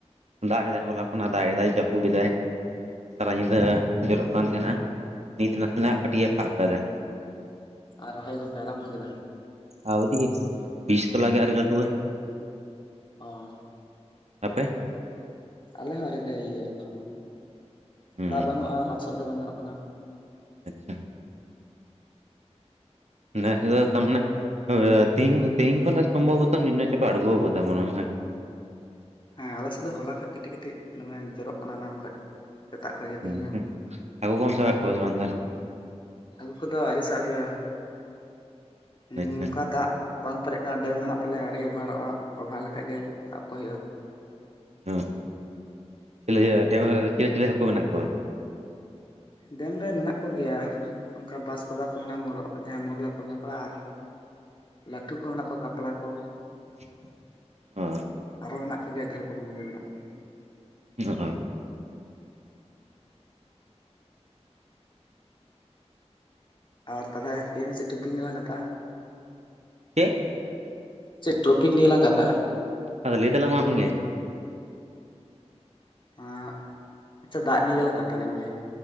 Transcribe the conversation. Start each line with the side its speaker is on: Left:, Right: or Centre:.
Right: ᱫᱟᱜ ᱮᱫᱟᱭ, ᱦᱚᱞᱟ ᱠᱷᱚᱱᱟᱜ ᱫᱟᱜ ᱮᱫᱟᱭ, ᱡᱟᱹᱯᱩᱜ ᱮᱫᱟᱭ, ᱥᱟᱨᱟ ᱧᱤᱫᱟᱹ ᱡᱚᱨᱚᱜ ᱠᱟᱱ ᱛᱟᱦᱮᱱᱟ᱾ ᱱᱤᱛ ᱱᱟᱥᱮᱱᱟᱜ ᱠᱟᱹᱴᱤᱡᱼᱮ ᱯᱷᱟᱫᱟ ᱮᱫᱟ᱾
Left: ᱟᱨ ᱨᱚᱦᱚᱭ ᱠᱚᱯᱮ ᱟᱨᱟᱢᱵᱷᱚ ᱠᱮᱫᱟ?
Right: ᱟᱣᱨᱤ᱾ ᱵᱤᱡᱽ ᱛᱚᱞᱟ ᱜᱮ ᱟᱣᱨᱤ ᱞᱟᱹᱴᱩᱣᱟ᱾
Left: ᱚ᱾
Right: ᱟᱯᱮ
Left: ᱟᱞᱮ ᱦᱚᱸ ᱟᱹᱣᱨᱤ ᱞᱮ ᱤᱭᱟᱹᱭᱟ ᱮᱠᱦᱚ
Right: ᱦᱩᱸ
Left: ᱫᱟᱜ ᱵᱟᱹᱱᱩᱜᱼᱟ ᱞᱚᱥᱚᱫ ᱜᱮ ᱵᱟᱝ ᱜᱟᱱᱚᱜ ᱠᱟᱱᱟ᱾
Right: <unintelligible> ᱱᱮᱥ ᱫᱚ ᱛᱟᱨᱢᱟᱱᱮ <unintelligible> ᱛᱮᱦᱤᱧ ᱠᱷᱚ ᱛᱮᱦᱤᱧ ᱠᱷᱚᱱᱟᱜ ᱥᱚᱢᱵᱷᱚᱵᱚᱛᱚ ᱱᱤᱱᱟᱹ ᱪᱟᱯᱟ ᱟᱬᱜᱚᱣᱟ ᱟᱠᱟᱫ ᱛᱟᱵᱚᱱᱟᱢ ᱦᱮᱸ᱾
Left: ᱦᱮᱸ ᱟᱞᱮᱥᱮᱫ ᱫᱚ ᱦᱚᱞᱟ ᱠᱷᱚᱡ ᱠᱟᱹᱴᱤᱡ ᱠᱟᱹᱴᱤᱡ ᱫᱚᱢᱮ ᱡᱚᱨᱚᱜ ᱠᱟᱱᱟ ᱮᱱᱟᱱ ᱠᱷᱚᱡ᱾ ᱥᱮᱛᱟᱜ ᱠᱷᱚᱡ ᱜᱮ
Right: <unintelligible>
Left: ᱛᱤᱦᱤᱧ ᱦᱚᱸ
Right: ᱦᱟᱹᱠᱩ ᱠᱚᱢ ᱥᱟᱵ ᱠᱚᱣᱟ ᱥᱮ ᱵᱟᱝ ᱱᱮᱛᱟᱨ?
Left: ᱦᱟᱹᱠᱩ ᱠᱚᱫᱚ ᱟᱹᱨᱤ ᱥᱟᱵ ᱦᱩᱭᱩᱜᱼᱟ᱾
Right: ᱟᱪᱪᱷᱟ
Left: ᱱᱚᱝᱠᱟ ᱫᱟᱜ ᱵᱟᱝ ᱯᱮᱨᱮᱡ ᱠᱟᱱ ᱰᱮᱢ ᱢᱮᱱᱟᱜ ᱛᱟᱞᱮᱭᱟ ᱟᱹᱣᱨᱤ ᱚᱵᱷᱟᱨᱚᱜᱼᱟ ᱚᱵᱷᱟᱨ ᱞᱮᱠᱷᱟᱡ ᱜᱮ ᱥᱟᱵ ᱠᱚ ᱦᱩᱭᱩᱜᱼᱟ᱾
Right: <unintelligible> ᱪᱤᱞ ᱰᱮᱢᱨᱟ ᱨᱮ ᱪᱤᱞᱤ ᱪᱤᱞᱤ ᱦᱟᱹᱠᱩ ᱢᱮᱱᱟᱜ ᱠᱚᱣᱟ?
Left: ᱰᱮᱢ ᱨᱮ ᱢᱮᱱᱟᱜ ᱠᱚᱜᱮᱭᱟ᱾ ᱚᱱᱠᱟ ᱵᱟᱥᱯᱟᱫᱟ ᱯᱚᱦᱱᱟ ᱢᱚᱨᱚᱜ ᱰᱮᱢ ᱢᱩᱨᱞᱯᱟᱫᱟ ᱠᱚ ᱟᱨ ᱞᱟᱹᱴᱩ ᱠᱚ ᱢᱮᱱᱟᱜ ᱠᱚᱣᱟ ᱠᱟᱛᱞᱟ ᱠᱚ᱾
Right: <unintelligible>
Left: ᱟᱨᱦᱚᱸ ᱢᱮᱱᱟᱜ ᱠᱚ ᱜᱮᱭᱟ ᱟᱹᱰᱤ ᱨᱚᱠᱚᱢ ᱠᱚᱜᱮ ᱢᱮᱱᱟᱜ ᱠᱚᱣᱟ᱾
Right: <unintelligible>
Left: ᱟᱨ ᱛᱟᱦᱚᱞᱮ ᱛᱮᱦᱧ ᱫᱚ ᱪᱮᱫ ᱴᱚᱯᱤᱝ ᱨᱮᱱᱟᱜ ᱠᱟᱛᱷᱟᱜ-ᱟ?
Right: ᱪᱮᱫ
Left: ᱪᱮᱫ ᱴᱚᱯᱤᱠ ᱱᱤᱭᱟᱹᱞᱟᱝ ᱠᱟᱛᱷᱟᱜᱼᱟ?
Right: ᱟᱫᱚ ᱞᱟᱹᱭ ᱛᱟᱞᱟᱝ ᱢᱮ ᱟᱢ ᱜᱮ᱾
Left: ᱟᱸᱻ ᱟᱪᱪᱷᱟ ᱫᱟᱜ ᱱᱤᱭᱟᱹ ᱞᱟᱝ ᱠᱟᱛᱷᱟ ᱞᱮᱱ ᱜᱮ,